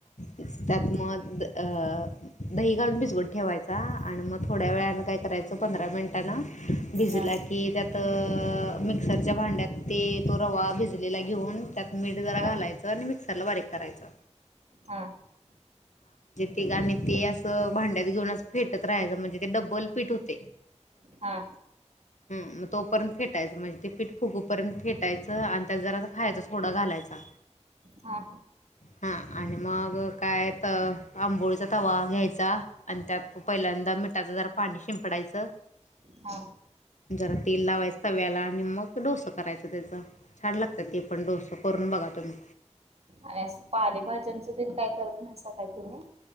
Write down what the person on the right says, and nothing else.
हा
हा
हा
हा
हा हा
हा
आणि पाणी ज का करत नाही का तुम्